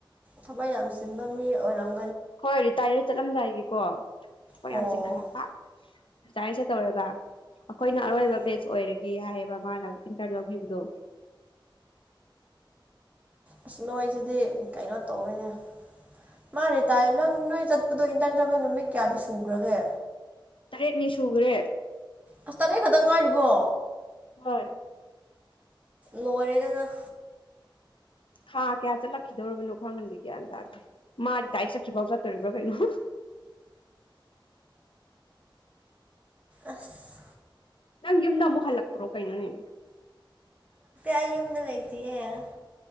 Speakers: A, on the right; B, on the left.
A: ꯊꯕꯛ ꯌꯥꯝ ꯆꯤꯟꯕ ꯃꯤ ꯑꯣꯏꯔꯝ
B: ꯍꯣꯏ ꯔꯤꯇꯥꯥꯏꯔꯠ ꯆꯠꯂꯝꯗꯥꯏꯒꯤꯀꯣ ꯊꯕꯛ
A: ꯑꯣ
B: ꯌꯥꯝ ꯆꯤꯡꯈꯠꯂꯛꯄ ꯆꯥꯏ ꯆꯠꯇꯧꯔꯕꯥ ꯑꯩꯈꯣꯏꯅ
A: ꯑꯣ
B: ꯑꯔꯣꯏꯕ ꯕꯦꯆ ꯑꯣꯏꯔꯒꯦ ꯍꯥꯏꯌꯦꯕ ꯃꯥꯅ ꯏꯟꯇꯔꯟꯗꯣ ꯅꯤꯕꯥꯗꯣ
A: ꯑꯁ ꯅꯣꯏꯁꯤꯗꯤ ꯀꯩꯅꯣ ꯇꯧꯋꯦꯅꯦ ꯃꯥ ꯔꯤꯇꯥꯏꯌꯔꯠ꯭ ꯅꯪ ꯅꯣꯏ ꯆꯠꯄꯗꯣ ꯏꯟꯇꯔꯟ ꯆꯠꯄ ꯅꯨꯃꯤꯠ ꯀꯌꯥꯗꯤ ꯁꯨꯈ꯭ꯔꯒꯦ
B: ꯇꯔꯦꯠꯅꯤ ꯁꯨꯈ꯭ꯔꯦ
A: ꯑꯁ ꯇꯔꯦꯠ ꯈꯛꯇꯪ ꯉꯥꯏꯔꯤꯕꯣ
B: ꯍꯣꯏ
A: ꯂꯣꯔꯦꯗꯗ
B: ꯊꯥ ꯀꯌꯥ ꯆꯠꯂꯛꯈꯤꯗꯧꯔꯤꯕꯅꯣ ꯈꯪꯕꯤ ꯀꯌꯥꯟ ꯇꯔꯦ ꯃꯥꯗꯤ ꯇꯥꯏꯏꯗꯤ ꯆꯠꯇ꯭ꯔꯤꯐꯥꯎ ꯆꯠꯇꯣꯔꯤꯕ꯭ꯔꯥ ꯀꯩꯅꯣ <inaudible>
A: ꯑꯁ
B: ꯅꯪ ꯌꯨꯝꯗ ꯑꯃꯣ ꯍꯜꯂꯛꯄ꯭ꯔꯣ ꯀꯩꯅꯣꯅꯦ
A: ꯑꯏ ꯑꯅ ꯂꯌꯦ